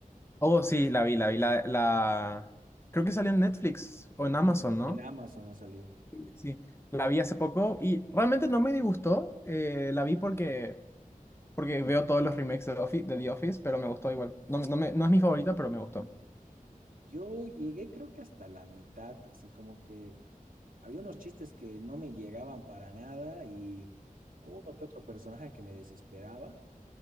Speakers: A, on the left (about 15°); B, on the right (about 75°).
A: Oh, sí, la vi, la vi, la, la... Creo que salió en Netflix o en Amazon,
B: En, en
A: ¿no?
B: Amazon ha salido.
A: Sí, sí. sí, La vi hace poco y realmente no me disgustó. eh, la vi porque, porque veo todos los remakes de, Offi- de The Office, pero me gustó igual. No, no, me- no es mi favorita, pero me gustó.
B: Yo llegué creo que hasta la mitad, así como que había unos chistes que no me llegaban para nada y uno que otro personaje que me desesperaba.